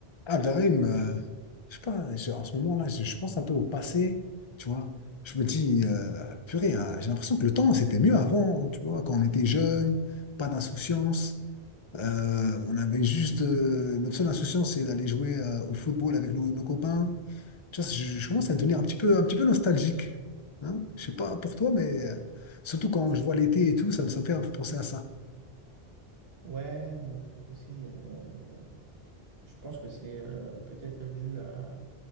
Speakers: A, on the left; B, on the right.
A: Abderrahim, euh, je sais pas, je- en ce moment-là, je, je pense un peu au passé, tu vois. Je me dis, euh, purée, euh, j'ai l'impression que le temps, c'était mieux avant, tu vois, quand on était jeune, pas d'insouciance. Euh, on avait juste, euh, notre seule insouciance, c'est d'aller jouer euh, au football avec nos, nos copains. Tu vois, je, je commence à devenir un petit peu, un petit peu nostalgique. Hein? Je sais pas pour toi, mais euh, surtout quand je vois l'été et tout, ça me, ça me fait un peu penser à ça.
B: Ouais, moi aussi. euh, je pense que c'est euh, peut-être dû à,